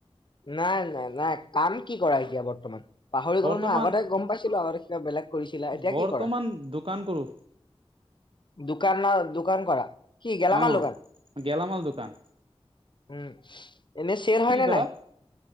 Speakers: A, on the left; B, on the right.
A: নাই নাই নাই কাম কি কৰা এতিয়া বৰ্তমান? পাহৰি
B: বৰ্তমান
A: গ'লো নহয় আগতে গম পাইছিলোঁ আগতে কিবা বেলেগ কৰিছিলা, এতিয়া
B: বৰ্তমান
A: কি কৰা?
B: দোকান কৰো
A: দোকান ন' দোকান কৰা, কি গেলা
B: অ
A: মালৰ দোকান?
B: গেলামাল দোকান
A: উমঁ' এনে চেল হয়
B: কি
A: নে
B: কৰা
A: নাই?